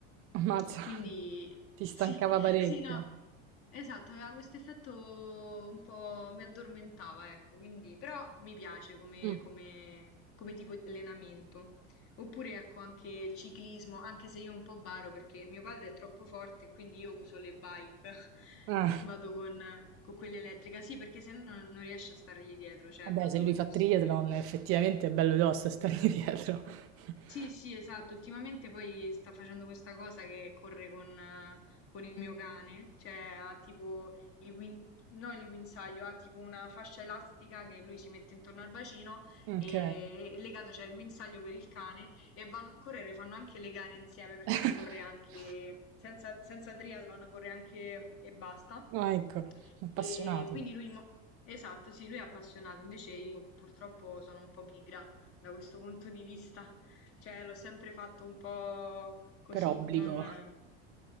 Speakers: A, on the right; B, on the left.
A: ammazza,
B: E quindi
A: ti stancava
B: sì, <laughs>
A: parecchio.
B: sì, no, esatto, aveva questo effetto un po' mi addormentava, ecco, quindi però mi piace come,
A: Mm.
B: come- come tipo di allenamento. Oppure ecco anche ciclismo, anche se io un po' baro perché mio padre è troppo forte, quindi io uso le bike, <laughs>
A: Ah,
B: vado con, con quella elettrica, sì, perché se no non riesce a stargli dietro, cioè
A: vabbè,
B: è proprio
A: se lui
B: impossibile.
A: fa triathlon, effettivamente è bello tosto stare dietro. <laughs>
B: Sì, sì, esatto. Ultimamente poi sta facendo questa cosa che corre con, eh, con il mio cane, cioè ha tipo il guin- no, il guinzaglio, ha tipo una fascia elastica che lui si mette intorno al bacino
A: Ok.
B: e, e legato c'è il guinzaglio per il cane e vanno a correre, fanno anche le gare insieme perché
A: <laughs>
B: lui corre anche senza, senza triathlon, corre anche e basta.
A: Ah, ecco, appassionato.
B: E quindi lui, mo- esatto, sì, lui è appassionato, invece io purtroppo sono un po' pigra da questo punto di vista. Cioè, l'ho sempre fatto un po' così,
A: Per obbligo.
B: non...